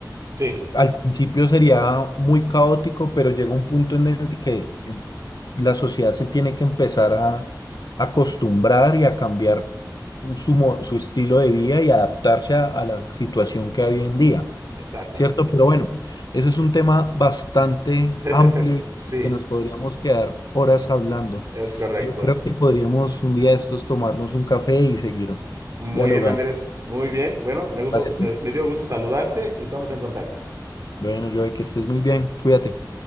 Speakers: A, on the right; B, on the left.
A: Sí,
B: Al principio sería muy caótico, pero llega un punto en el que la sociedad se tiene que empezar a acostumbrar y a cambiar su, mo- su estilo de vida y adaptarse a, a la situación que hay hoy en día.
A: exacto.
B: ¿cierto? Pero bueno, eso es un tema bastante
A: <laughs>
B: amplio y
A: Sí,
B: que nos podríamos quedar horas hablando.
A: es correcto.
B: Yo creo que podríamos un día de estos tomarnos un café y seguir
A: Muy
B: dialogando,
A: bien, Andrés.
B: ¿te
A: Muy bien. Bueno, me gustó,
B: parece?
A: me me dio gusto saludarte y estamos en contacto.
B: Bueno, yo que estés muy bien, cuídate.